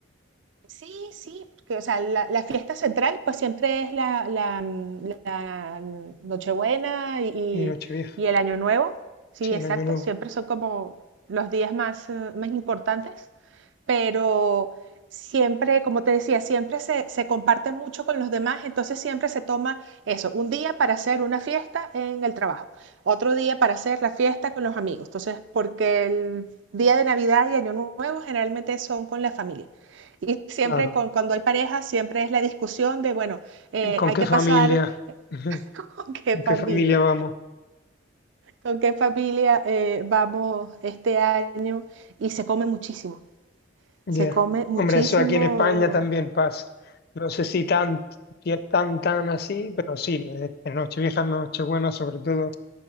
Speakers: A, on the right; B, on the left.
A: Sí, sí, porque, o sea, la, la fiesta central pues siempre es la, la, mm, la Nochebuena y,
B: Y Nochevieja,
A: y el Año Nuevo. Sí,
B: sí,
A: exacto,
B: el Año Nuevo,
A: siempre son como los días más, eh, más importantes pero siempre, como te decía, siempre se, se comparte mucho con los demás, entonces siempre se toma eso, un día para hacer una fiesta en el trabajo, otro día para hacer la fiesta con los amigos, entonces porque el día de Navidad y Año Nuevo generalmente son con la familia. Y siempre
B: claro.
A: con, cuando hay pareja, siempre es la discusión de, bueno, eh,
B: ¿Con
A: hay
B: qué
A: que
B: familia?
A: pasar
B: <laughs> Ujú.
A: <laughs> con qué
B: ¿Con
A: familia,
B: qué familia vamos?
A: con qué familia eh, vamos este año. Y se come muchísimo,
B: Ya.
A: se come muchísimo
B: Hombre, eso aquí en España también pasa. No sé si tan, si es tan, tan así, pero sí, de- en Nochevieja, Nochebuena, sobre todo,